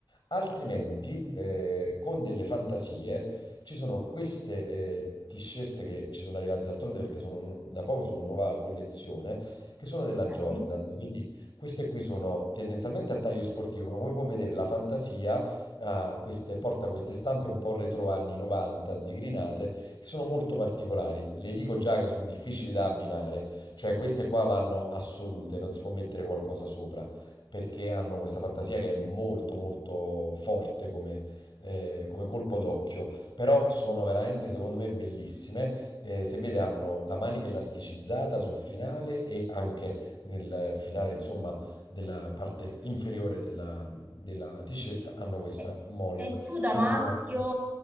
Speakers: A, on the left; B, on the right.
A: Altrimenti,
B: mm,
A: eh, con delle fantasie, ci sono queste eh, t-shirt che ci sono arrivate d'altronde perché sono nu- da poco sono nuova collezione, che sono della
B: ok.
A: Jordan. Quindi queste qui sono tendenzialmente a taglio sportivo, ma come può vedere la fantasia ha queste- porta queste stampe un po' retro anni 90, zigrinate, che sono molto particolari. Le dico già che sono difficili da abbinare, cioè queste qua vanno assolute, non si può mettere qualcosa sopra perché hanno questa fantasia che è molto molto forte come, eh, come colpo d'occhio, però sono veramente secondo me bellissime. Eh, se vede hanno la manica elasticizzata sul finale e anche nel finale insomma della parte inferiore della, della t-shirt hanno questa
B: E,
A: molla,
B: e tu da
A: quindi
B: maschio,
A: sono